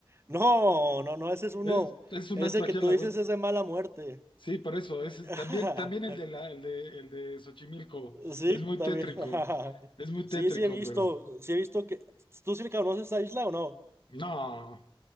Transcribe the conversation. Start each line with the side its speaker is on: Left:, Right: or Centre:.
Right: No, no, no, ese es uno.
Left: es, es un
Right: Ese
Left: antro aquí
Right: que tú
Left: a la
Right: dices
Left: vuelta.
Right: es de mala muerte.
Left: Sí, por eso, ese
Right: <laughs>
Left: es, también, también el de la, el de, el de Xochimilco,
Right: Sí,
Left: es muy
Right: también.
Left: tétrico,
Right: <laughs>
Left: es muy
Right: Sí,
Left: tétrico,
Right: sí he visto,
Left: pero
Right: sí he visto que. ¿Tú sí le conoces esta isla o no?
Left: no,